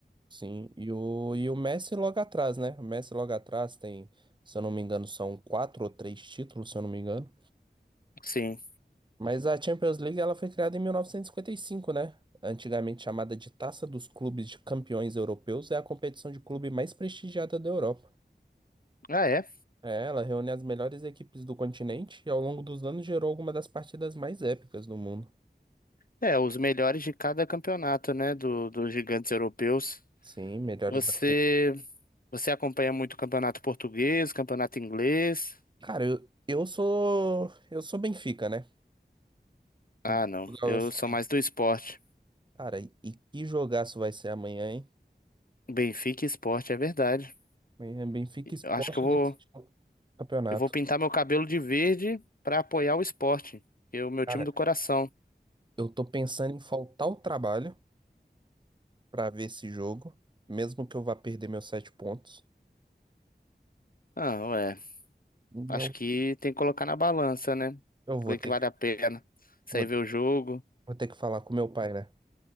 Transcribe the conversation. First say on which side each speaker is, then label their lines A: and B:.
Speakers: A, on the right (about 25°); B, on the left (about 50°).
A: Sim. E o, e o Messi logo atrás, né? O Messi logo atrás tem, se eu não me engano, são quatro ou três títulos, se eu não me engano.
B: Sim.
A: Mas a Champions League ela foi criada em 1955, né? Antigamente chamada de Taça dos Clubes de Campeões Europeus, é a competição de clube mais prestigiada da Europa.
B: Ah, é.
A: É, ela reúne as melhores equipes do continente e ao longo dos anos gerou algumas das partidas mais épicas do mundo.
B: É, os melhores de cada campeonato, né? Do, dos gigantes europeus.
A: Sim, melhores
B: Você,
A: da
B: você acompanha muito o campeonato português, campeonato inglês?
A: Cara, eu, eu sou. Eu sou Benfica, né?
B: Ah,
A: Em Portugal
B: não. Eu
A: eu sou
B: sou
A: Benfica.
B: mais do esporte.
A: Cara, e, e que jogaço vai ser amanhã, hein?
B: Benfica e esporte, é verdade.
A: Amanhã é Benfica Sport
B: Eu acho que eu vou,
A: desse campeonato.
B: eu vou pintar meu cabelo de verde pra apoiar o esporte, que é o meu
A: Cara,
B: time do coração.
A: eu tô pensando em faltar o trabalho pra ver esse jogo, mesmo que eu vá perder meus sete pontos.
B: Ah, ué. Acho
A: Eu,
B: que tem que colocar na balança, né? O
A: eu vou
B: que
A: ter,
B: que vale a pena? Sair
A: vou ter,
B: ver o jogo.
A: vou ter que falar com meu pai, né?